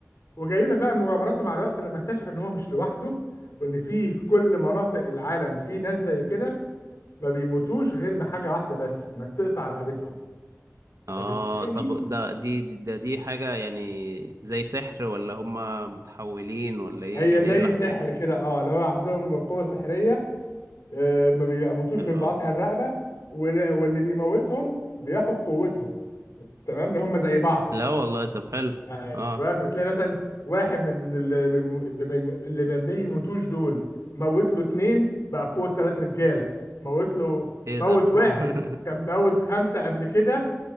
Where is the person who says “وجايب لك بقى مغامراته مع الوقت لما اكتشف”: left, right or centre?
Left